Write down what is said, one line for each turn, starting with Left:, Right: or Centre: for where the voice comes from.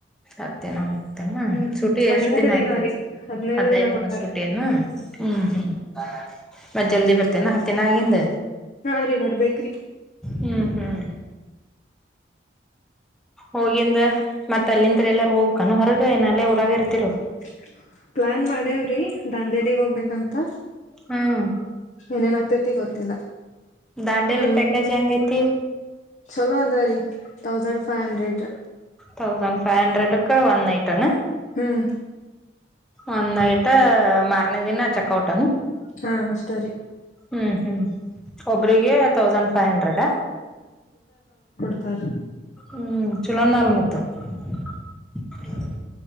Centre: ಆಗ್ತೇ ನ ಆಗ್ತೇನಾ
Left: ಹ್ಮ್
Centre: ಸೂಟಿ
Left: ಹದ್ನೈದು
Centre: ಎಷ್ಟ್ ದಿನ ಇರ್ತತಿ
Left: ರೀ
Centre: ಹದ್ನೈದು ದಿನ
Left: ಕೊಡ್ತಾರ
Centre: ಸುಟಿ ಅನಾ ಹ್ಮ್ ಹ್ಮ್ ಮತ್ ಜಲ್ದಿ ಬರ್ತ ಹತ್ತನ ಹತ್ತನ ಆಗಿಂದ
Left: ಹಾ ರೀ ಬರ್ಬೇಕ್ರಿ
Centre: ಹ್ಮ್ ಹ್ಮ್ ಹೋಗಿಂದ ಮತ್ತ ತಲ್ಲಿಂ ಎಲ್ಲರ ಹೋಗ್ಬೇಕು ಹೊರಗ ಏನ ಊರಾಗ ಇರ್ತಿರು
Left: <inaudible> ಪ್ಲಾನ್ ಮಾಡೇವ್ರಿ ದಂಡೇಲಿಗ್ ಹೋಗ್ಬೇಕಂತ
Centre: ಹ್ಮ್
Left: ಏನನ ತಿ ಗೊತ್ತಿಲ್ಲ
Centre: ದಾಂಡೇಲಿ
Left: ನಮ್ಮ
Centre: ಪ್ಯಾಕೇಜ್ ಹೆಂಗ ಐತಿ
Left: ಚಲೋ ಅದ ರೀ thousand five hundred
Centre: thousand five hundred one night ಆಣ
Left: ಹ್ಮ್
Centre: ಒಂದ್ ನೈಟ್ ಮಾರನೇ ದಿನ ಚೆಕ್ ಔಟ್
Left: ಹಾ ಅ ಸತರಿ
Centre: ಹ್ಮ್ ಹ್ಮ್ ಒಬ್ರಿಗೆ ತೌಸಂಡ್ ಫೈವ್ ಹಂಡ್ರೆಡ್
Left: ತ್ತರಿ
Centre: ಹ್ಮ್ ಚಲಣ ಅಲ್ ಮತ್ತ <inaudible>